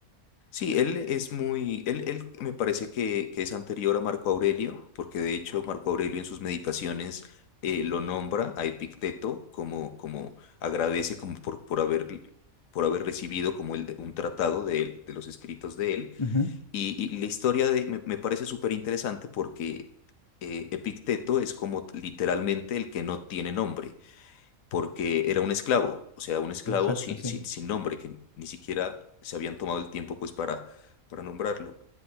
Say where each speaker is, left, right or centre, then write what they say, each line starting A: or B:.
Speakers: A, on the left (about 70°); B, on the left (about 35°).
A: Sí, él es muy, él, él me parece que, que es anterior a Marco Aurelio, porque de hecho Marco Aurelio en sus meditaciones eh, lo nombra a Epicteto como, como agradece como por, por haber, por haber recibido como el, de- un tratado de él, de los escritos de él.
B: Ujú,
A: Y, y la historia de, me, me parece súper interesante porque eh, Epicteto es como literalmente el que no tiene nombre porque era un esclavo, o sea, un esclavo
B: Exacto,
A: sin,
B: sí.
A: sin, sin nombre, que ni siquiera se habían tomado el tiempo pues para, para nombrarlo.